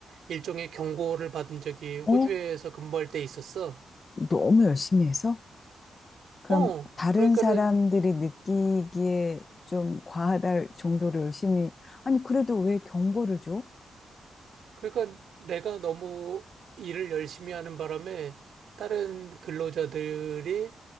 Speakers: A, on the right (about 80°); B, on the left (about 35°).
A: 일종의 경고를 받은 적이 호주에서
B: 어?
A: 근무할 때 있었어.
B: 너무 열심히 해서? 그럼
A: 어,
B: 다른
A: 그러니까는
B: 사람들이 느끼기에 좀 과하다 정도로 열심히, 아니, 그래도 왜 경고를 줘?
A: 그러니까 내가 너무 일을 열심히 하는 바람에 다른 근로자들이